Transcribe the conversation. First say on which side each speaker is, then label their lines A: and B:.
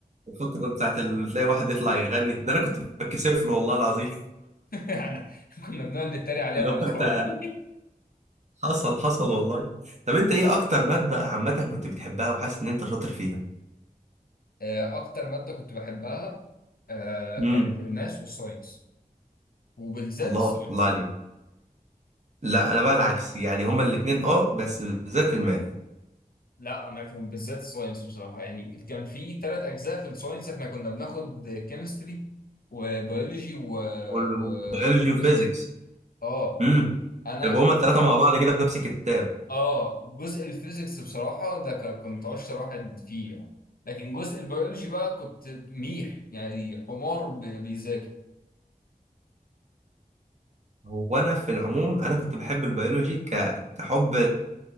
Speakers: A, on the right; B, on the left.
A: الفتره بتاعت ال- تلاقي واحد يطلع يغني ده انا كنت بتكسف له والله العظيم
B: <laughs> يعني كنا بنقعد نتريق
A: <laughs>
B: عليها
A: اللي
B: انا
A: هو
B: واصحابي
A: انت حصل حصل والله طب انت ايه اكتر مادة عامة كنت بتحبها وحاسس ان انت شاطر فيها
B: <laughs> آه، اكتر ماده كنت بحبها آه، كانت
A: امم
B: الماس والساينس وبالذات
A: الله
B: الساينس
A: الله عليك لا انا بقى العكس يعني هما الاتنين اه بس بالذات الماث
B: لا انا كان بالذات الساينس بصراحه يعني كان في ثلاث اجزاء في الساينس احنا كنا بناخد كيمستري وبيولوجي وفيزيكس
A: والبيولوجي وفيزيكس
B: اه
A: امم
B: انا
A: يبقى هما التلاتة مع بعض كده في نفس الكتاب
B: اه جزء الفيزيكس بصراحه ده ك- كنت اشطر واحد فيه يعني لكن جزء البيولوجي بقى كنت ميح يعني حمار ب- بيذاكر
A: هو انا في العموم انا كنت بحب البيولوجي ك... كحب